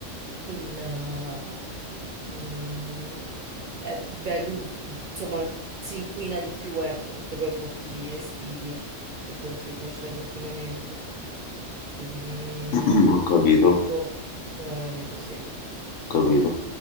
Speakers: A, on the right; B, on the left.
A: il... eh, mm, eh, veng- insomma, si inquina di più, ecco, perché poi butti i vestiti e contribuisce all'inquinamento. Quindi
B: <clears throat> Ho capito,
A: lo, lo evito, sì.
B: ho capito.